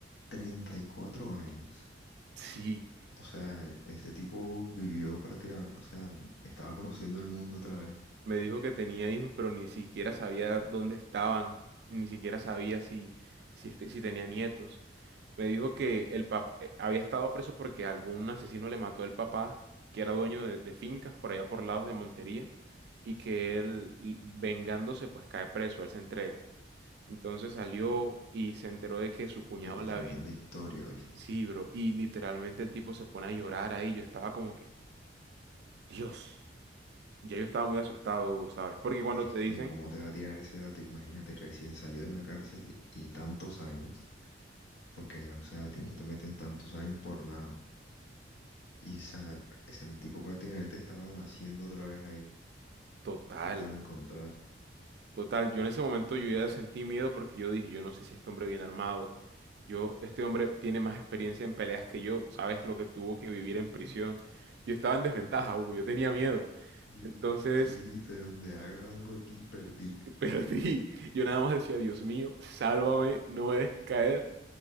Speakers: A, on the left; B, on the right.
A: treinta y cuatro años.
B: Sí,
A: O sea, ese tipo vivió prácticamente, o sea, estaba conociendo el mundo otra vez,
B: Me dijo que tenía hijos, pero ni siquiera sabía dónde estaban, ni siquiera sabía si, si, este- si tenía nietos. Me dijo que el papá había estado preso porque algún asesino le mató al papá, que era dueño de, de fincas por allá por lados de Montería, y que él, l- vengándose, pues cae preso, él se entrega. Entonces salió y se enteró de que su cuñado
A: pero
B: la
A: tremenda
B: había.
A: historia, ¿viste?
B: Sí, bro, y literalmente el tipo se pone a llorar ahí. Yo estaba como que, Dios, ya yo estaba muy asustado, Hugo, ¿sabes? Porque cuando
A: Es
B: te
A: que,
B: dicen,
A: ¿cómo te va a tirar ese dato? Imagínate, recién salió de la cárcel y tantos años, porque, o sea, a ti no te meten tantos años por nada. Y esa, ese tipo prácticamente estaba naciendo otra vez ahí
B: Total,
A: y te lo encontraste.
B: total. Yo en ese momento yo ya sentí miedo porque yo dije, yo no sé si este hombre viene armado. Yo, este hombre tiene más experiencia en peleas que yo. Sabes lo que tuvo que vivir en prisión.
A: <gasps>
B: Yo estaba en desventaja, Hugo. Yo tenía miedo.
A: <laughs>
B: Entonces
A: Tú dijiste, donde haga algo aquí, perdí.
B: <laughs> perdí. Yo nada más decía, Dios mío, sálvame, no me dejes caer.